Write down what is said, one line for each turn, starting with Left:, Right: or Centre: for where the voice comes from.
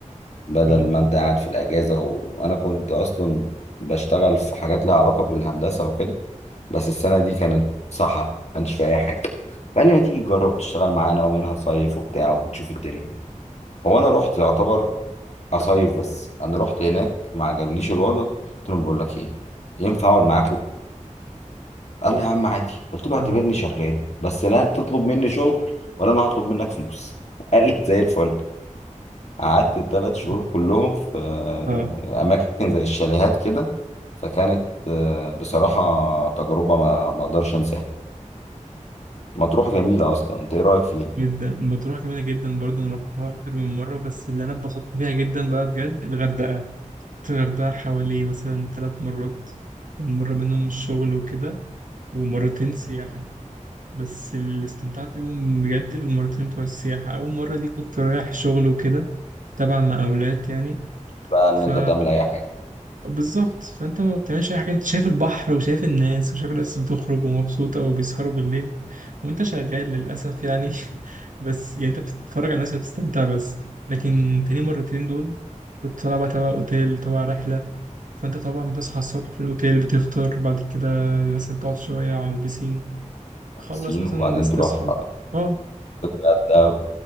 Left: بدل
Right: اه
Left: ما أنت قاعد في الأجازة و... وأنا كنت أصلا بشتغل في حاجات لها علاقة بالهندسة وكده بس السنة دي كانت صحراء ما كانش فيها أي حاجة فقال لي ما تيجي تجرب تشتغل معانا ومنها تصيف وبتاع وتشوف الدنيا هو أنا رحت يعتبر أصيف بس أنا رحت هناك ما عجبنيش الوضع قلت لهم بقول لك إيه ينفع أقعد معاكم؟ قال لي يا عم عادي قلت له
Right: اه
Left: اعتبرني شغال بس لا تطلب مني شغل ولا أنا هطلب منك فلوس <laughs> قال لي زي الفل قعدت الثلاث شهور
Right: اه
Left: كلهم في آه،
Right: اه،
Left: أماكن زي الشاليهات كده فكانت آه، بصراحة تجربة ما ما أقدرش أنساها مطروح جميلة أصلا أنت إيه رأيك فيها؟
Right: جدا مطروح جميلة جدا برضه انا رحتها اكتر من مرة بس اللي انا اتبسطت فيها جدا بقى بجد الغردقة الغردقة حوالي مثلا ثلاث مرات يعني مرة منهم الشغل وكده ومرتين سياحة بس اللي استمتعت بيهم بجد المرتين بتوع السياحة أول مرة دي كنت رايح شغل وكده تبع مقاولات يعني
Left: بقى إن
Right: ف
Left: أنت تعمل أي حاجة
Right: بالظبط فأنت ما بتعملش أي حاجة أنت شايف البحر وشايف الناس وشايف الناس بتخرج ومبسوطة وبيسهروا بالليل وأنت شغال للأسف يعني <laughs> بس يعني أنت بتتفرج على الناس وبتستمتع بس لكن تاني مرتين دول كنت طالع بقى تبع أوتيل تبع رحلة فانت طبعا بتصحى الصبح في الاوتيل بتفطر بعد كده مثلا تقعد شويه على البسين خلص
Left: سين
Right: مثلا
Left: وبعدين
Right: الناس
Left: تروح
Right: تصحى اه
Left: الغردقة